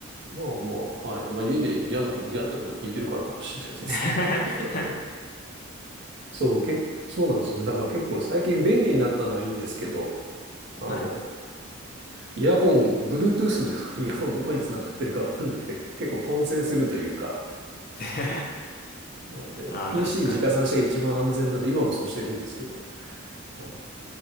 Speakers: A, on the right; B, on the left.
A: う。まあまあ、はい。まあ家で嫌なほど、嫌ってほど聞いてるからかもしれないですけど。
B: <laughs>
A: <laughs> そう、け、そうなんですね。だから結構最近便利になったのはいいんですけど、あの、
B: はい。
A: イヤホン、Bluetooth の <laughs> イヤホンどこにつながってるかわかんなくて、結構混戦するというか、
B: で <laughs>
A: なんで、
B: ああ、
A: PC
B: 確かに。
A: 直差しが一番安全なんで、今もそうしてるんですけど。はい